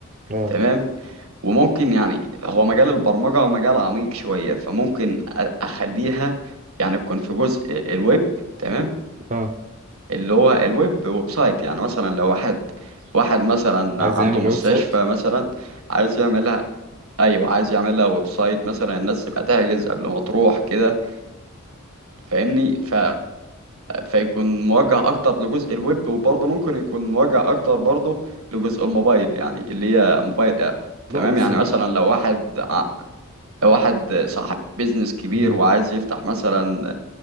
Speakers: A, on the right; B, on the right.
A: اه
B: تمام وممكن يعني هو مجال البرمجة مجال عميق شوية فممكن أ- اخليها يعني تكون في جزء الويب تمام
A: اه
B: اللي هو الويب ويب سايت يعني مثلا لو واحد واحد مثلا
A: عايز
B: عنده
A: يعمل
B: مستشفى
A: ويب سايت
B: مثلا عايز يعملها ايوه عايز يعملها ويب سايت مثلا الناس تبقى تحجز قبل ما تروح كده فاهمني ف... فيكون موجه اكتر لجزء الويب وبرضه ممكن يكون موجه اكتر برضه لجزء الموبايل يعني اللي هي موبايل اب
A: لا
B: تمام
A: بس
B: يعني مثلا لو واحد ع- لو واحد صاحب بيزنس كبير
A: مم.
B: وعايز يفتح مثلا